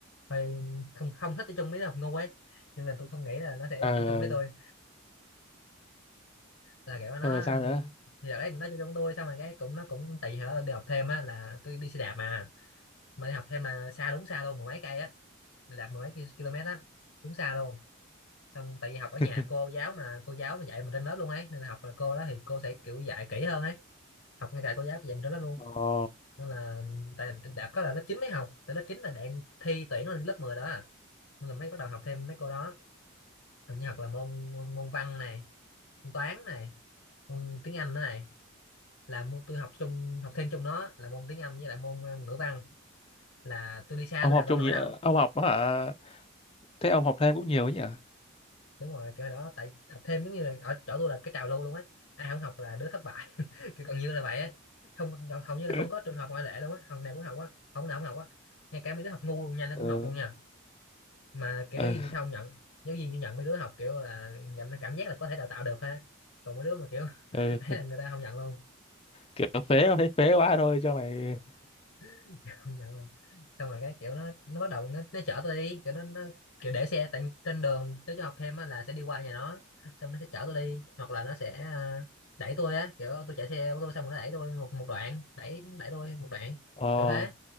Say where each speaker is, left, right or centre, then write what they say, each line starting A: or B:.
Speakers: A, on the left; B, on the left.
A: hơi không không thích chơi chung với đứa học ngu ấy nhưng mà tôi không nghĩ là nó sẽ
B: ờ,
A: chơi chung với tôi là kiểu nó
B: không phải sao nữa.
A: giờ đấy nó chơi chung với tôi xong rồi cái cũng nó cũng tại vì hồi đó tôi đi học thêm á là tôi đi xe đạp mà mà đi học thêm là xa đúng xa luôn mười mấy cây á đạp mười mấy ki- km á đúng xa luôn xong tại vì học
B: <laughs>
A: ở nhà cô giáo mà cô giáo mà dạy mình trên lớp luôn ấy nên là học là cô đó thì cô sẽ kiểu dạy kỹ hơn ấy học ngay cả cô giáo dạy mình trên lớp luôn
B: Ồ,
A: nên là tại đã có là lớp 9 mới học tại lớp 9 là đang thi tuyển lên lớp 10 đó à. nên là mới bắt đầu học thêm mấy cô đó hình như học là môn môn, môn văn này môn toán này môn tiếng Anh nữa này là môn tôi học chung học thêm chung nó là môn tiếng Anh với lại môn ờ, ngữ văn là tôi đi xa
B: ông
A: tôi
B: học
A: đạp đâu
B: chung
A: nổi
B: gì?
A: đâu
B: Ông học hả? Thế ông học thêm cũng nhiều ấy nhỉ?
A: đúng rồi kiểu đó tại học thêm giống như là ở chỗ tôi là cái trào lưu luôn ấy ai không học là đứa thất bại kiểu gần như là vậy á không hầu như là
B: <laughs>
A: không có trường hợp ngoại lệ luôn á học nào cũng học á học nào cũng học á ngay cả mấy đứa học ngu luôn nha nó
B: Ờ,
A: cũng học luôn nha mà kiểu
B: ờ,
A: giáo viên thì không nhận giáo viên chỉ nhận mấy đứa học kiểu là nhận là cảm giác là có thể đào tạo được thôi á còn mấy đứa mà kiểu <laughs>
B: <laughs>
A: ấy là người ta không nhận luôn
B: kiểu phế thôi thấy phế quá thôi cho mày
A: <laughs> không nhận luôn xong rồi cái kiểu nó nó bắt đầu nó nó chở tôi đi kiểu nó, nó kiểu để xe tại trên đường tới cho học thêm á là sẽ đi qua nhà nó xong nó sẽ chở tôi đi hoặc là nó sẽ à, đẩy tôi á kiểu tôi chạy xe ô tô xong rồi nó đẩy tôi một một đoạn đẩy đẩy tôi một đoạn
B: ờ
A: kiểu thế